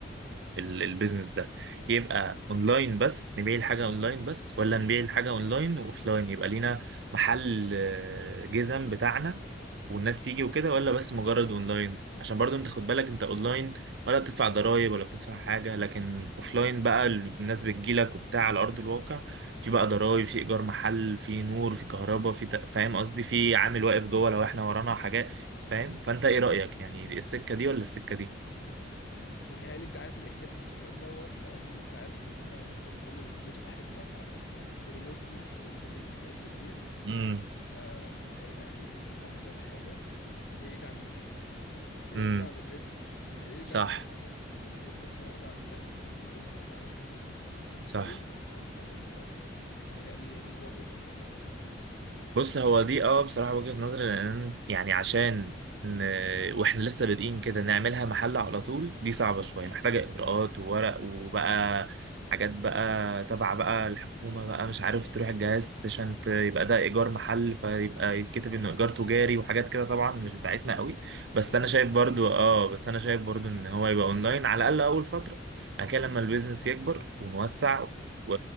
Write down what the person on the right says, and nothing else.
ال- البيزنس ده يبقى اونلاين بس نبيع الحاجة اونلاين بس ولا نبيع الحاجة اونلاين واوفلاين يبقى لينا محل آه، جزم بتاعنا والناس تيجي وكده ولا بس مجرد اونلاين عشان برضو انت خد بالك انت اونلاين ولا بتدفع ضرائب ولا بتدفع حاجة لكن اوفلاين بقى الناس بتجيلك وبتاع على ارض الواقع في بقى ضرايب في ايجار محل في نور في كهرباء في ت- فاهم قصدي في عامل واقف جوه لو احنا ورانا حاجات فاهم فانت ايه رأيك يعني السكة دي ولا السكة دي
امم
امم
صح
صح
بص هو دي اه بصراحة وجهة نظري لأن يعني عشان ن... واحنا لسه بادئين كده نعملها محل على طول دي صعبة شوية محتاجة إجراءات وورق وبقى حاجات بقى تبع بقى الحكومة بقى مش عارف تروح الجهاز عشان ت- يبقى ده إيجار محل فيبقى يتكتب إنه إيجار تجاري وحاجات كده طبعا مش بتاعتنا قوي بس
أنا شايف
برضو اه بس أنا شايف برضو إن هو يبقى أونلاين على الأقل أول فترة بعد كده لما البيزنس يكبر ونوسع و...